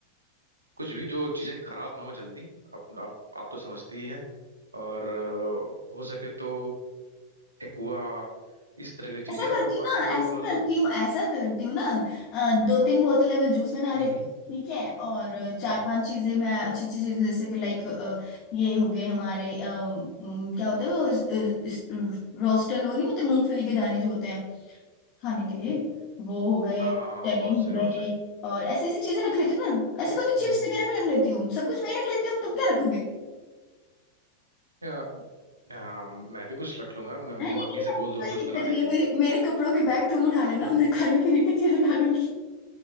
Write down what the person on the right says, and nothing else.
कुछ भी जो चीजें खराब ना हो जल्दी आप आप, आप तो समझती ही हैं और अ, हो सके तो ठेकुआ इस तरह की
चीजें और
बाकी
तो
फल
हम्म
हम्म
हम्म,
हाँ हाँ हाँ
बहुत
सही
बहुत सही
हम्म
या, हाँ, मैं भी कुछ रख लूंगा मैं मम्मी
से
बोल दूंगा
कुछ
बनाने
के
लिए
हम्म।